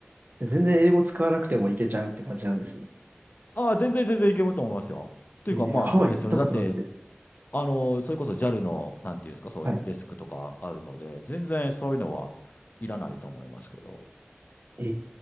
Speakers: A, on the right; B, on the left.
A: いや全然英語使わなくてもいけちゃうって感じなんですね。
B: ああ、全然全然いけると思いますよ。というかまあそうですよね。
A: えー、ハワイ行ったことなくて。
B: だってあの、それこそ JAL の、なんていうんですか、そういうデスクとかあるので、
A: はい。
B: 全然そういうのはいらないと思いますけど。
A: え